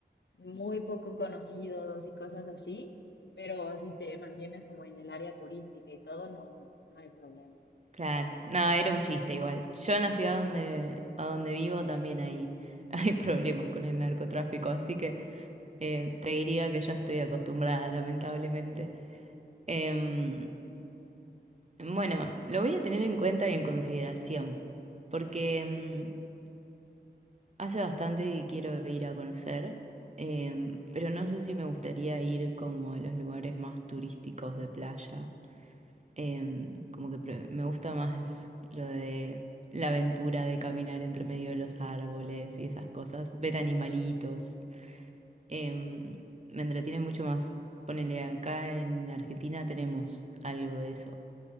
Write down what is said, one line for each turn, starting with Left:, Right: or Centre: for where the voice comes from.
Left: muy poco conocidos y cosas así, pero si te mantienes como en el área turística y todo, no, no hay problemas.
Right: Claro, no, era un chiste igual. Yo en la ciudad donde, a donde vivo también hay, <laughs> hay problemas con el narcotráfico, así que eh, te diría que ya estoy acostumbrada, lamentablemente. Em, bueno, lo voy a tener en cuenta y en consideración, porque em, hace bastante que quiero ir a conocer, em, pero no sé si me gustaría ir como a los lugares más turísticos de playa. Em, como que pre- me gusta más lo de la aventura de caminar entre medio de los árboles y esas cosas, ver animalitos. Em, me entretiene mucho más. Ponele acá en Argentina tenemos algo de eso.